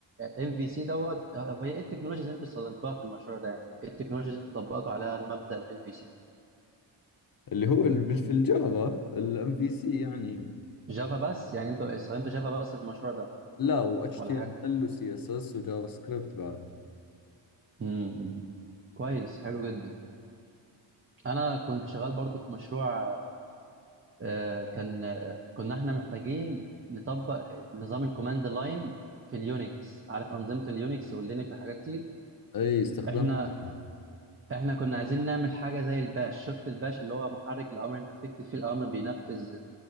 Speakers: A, on the right (about 25°); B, on the left (about 50°).
A: ام في سي دوت طب هي ايه التكنولوجيز اللي انتوا استخدمتوها في المشروع ده يعني ايه التكنولوجيز اللي انتوا طبقتوا عليها مبدأ الام في سي
B: اللي هو ال- بال- في الجافا الام في سي يعني
A: جافا بس يعني انتوا استخدمتوا جافا بس في المشروع ده
B: لا و اتش
A: ولا
B: تي
A: حاجات
B: ام
A: تانية؟
B: ال وسي اس اس وجافا سكريبت بعد
A: امم كويس حلو جدا انا كنت شغال برضو في مشروع آه، كان آه، كنا احنا محتاجين نطبق نظام الكوماند لاين في اليونكس عارف أنظمة اليونكس واللينكس والحاجات دي
B: اي استخدمتها
A: احنا احنا كنا عايزين نعمل حاجة زي الباش شفت الباش اللي هو محرك الأمر انت بتكتب فيه الأمر بينفذ